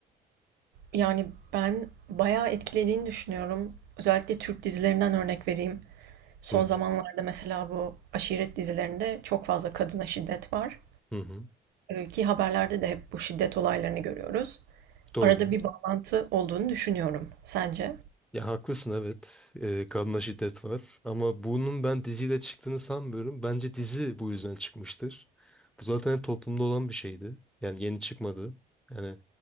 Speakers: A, on the right; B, in the centre.
A: Yani ben bayağı etkilediğini düşünüyorum. Özellikle Türk dizilerinden örnek vereyim. Son
B: Hı hı.
A: zamanlarda mesela bu aşiret dizilerinde çok fazla kadına şiddet var.
B: Hı hı.
A: Ee, Ki haberlerde de hep bu şiddet olaylarını görüyoruz.
B: Doğru.
A: Arada bir bağlantı olduğunu düşünüyorum. Sence?
B: Ya haklısın evet. E, kadına şiddet var ama bunun ben diziyle çıktığını sanmıyorum. Bence dizi bu yüzden çıkmıştır. Bu zaten hep toplumda olan bir şeydi. Yani yeni çıkmadı. Yani